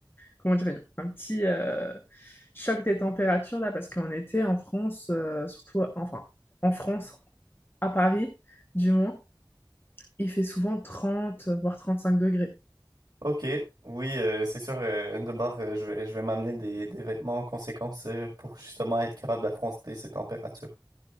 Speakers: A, on the left; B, on the right.
A: comment dire, un petit euh, choc des températures là, parce qu'en été, en France, euh, surtout, enfin, en France, à Paris, du moins, il fait souvent 30, voire 35 degrés.
B: Ok, oui, euh, c'est sûr. euh, de bord, euh, je vais, je vais m'amener des, des vêtements en conséquence euh, pour justement être capable d'affronter ces températures.